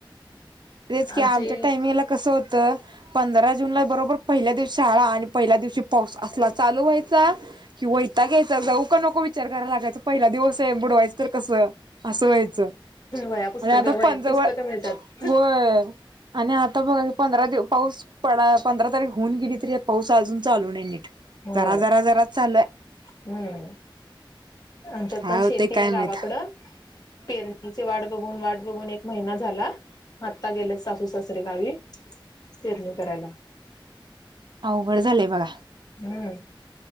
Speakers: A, on the right; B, on the left.
A: तेच
B: आमचे
A: की आमच्या टाइमिंगला कसं होतं पंधरा जूनला बरोबर पहिल्या दिवस शाळा आणि पहिल्या दिवशी पाऊस असला चालू व्हायचा कि वता घ्यायचा जाऊ का नको विचार करायला लागायचं पहिला दिवस आहे बुडवायचं तर कसं असं व्हायचं
B: वया पुस्तकं
A: आणि आता
B: व
A: पंजवळ
B: पुस्तकं मिळतात
A: होय आणि आता बघा पंधरा दिव पाऊस प पंधरा तारीख होऊन गेली तरी पाऊस अजून चालू नाही नीट
B: हो
A: जरा
B: हम्म
A: जरा जरा चालू आहे
B: आच्यार
A: काय
B: पण
A: होतय
B: शेती
A: काय
B: आहे
A: माहित
B: गावाकड पेरणी वाट बघून वाट बघून एक महिना झाला आत्ता गेलं सासू सासरे गावी तेरणी करायला
A: अवघड झालंय बघा
B: हम्म